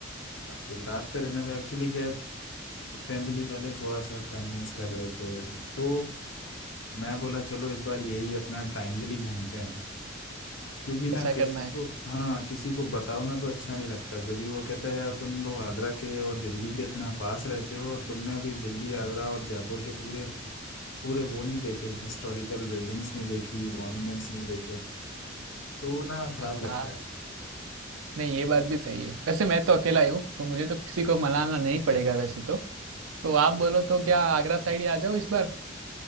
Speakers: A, on the left; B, on the right.
A: अ, गुजरात का रहने में एक्चुअली क्या है, फैमिली वाले थोड़ा सा कन्विंस कर रहे थे तो मैं बोला चलो इस बार यही अपना ट्रायंगल ही घूमते हैं क्योंकि ना
B: ऐसा करना
A: किसी
B: है
A: को हाँ किसी को बताओ ना तो अच्छा नहीं लगता जब भी वो कहता है यार तुम लोग आगरा के और दिल्ली के इतना पास रहते हो और तुमने अभी दिल्ली आगरा और जयपुर के पूरे पूरे वो नहीं देखे हिस्टोरिकल बिल्डिंग्स नहीं देखी मॉन्यूमेंट्स नहीं देखे तो ना खराब
B: हाँ
A: लगता है
B: नहीं ये बात भी सही है वैसे मैं तो अकेला ही हूँ तो मुझे तो किसी को मनाना नहीं पड़ेगा वैसे तो तो आप बोलो तो क्या आगरा साइड ही आ जाओ इस बार